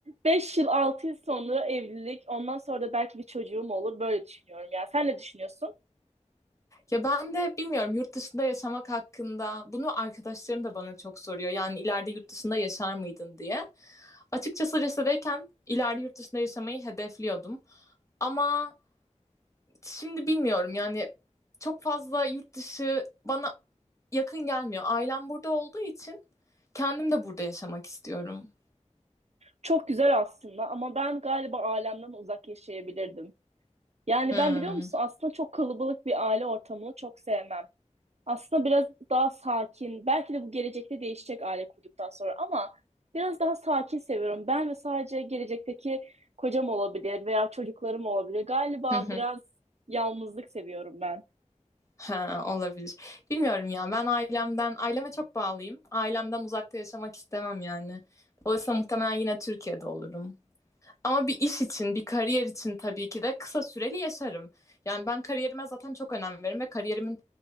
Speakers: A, on the right (about 60°); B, on the left (about 25°).
A: 5 yıl 6 yıl sonra evlilik ondan sonra da belki bir çocuğum olur böyle düşünüyorum. Yani sen ne düşünüyorsun?
B: Ya ben de bilmiyorum yurt dışında yaşamak hakkında bunu arkadaşlarım da bana çok soruyor. Yani ileride yurt dışında yaşar mıydın diye. Açıkçası lisedeyken ileride yurt dışında yaşamayı hedefliyordum. Ama Şimdi bilmiyorum yani çok fazla yurt dışı bana yakın gelmiyor. Ailem burada olduğu için kendim de burada yaşamak istiyorum.
A: Çok güzel aslında ama ben galiba ailemden uzak yaşayabilirdim. Yani
B: Hmm.
A: ben biliyor musun
B: <laughs>
A: aslında çok kalabalık bir aile ortamını çok sevmem. Aslında biraz daha sakin belki de bu gelecekte değişecek aile kurduktan sonra ama biraz daha sakin seviyorum. Ben ve sadece gelecekteki kocam olabilir veya çocuklarım olabilir. Galiba
B: Hı hı.
A: biraz yalnızlık seviyorum ben.
B: Ha, olabilir. Bilmiyorum ya. Ben ailemden, aileme çok bağlıyım. Ailemden uzakta yaşamak istemem yani. Dolayısıyla muhtemelen yine Türkiye'de olurum. Ama bir iş için, bir kariyer için tabii ki de kısa süreli yaşarım. Yani ben kariyerime zaten çok önem veririm ve kariyerimin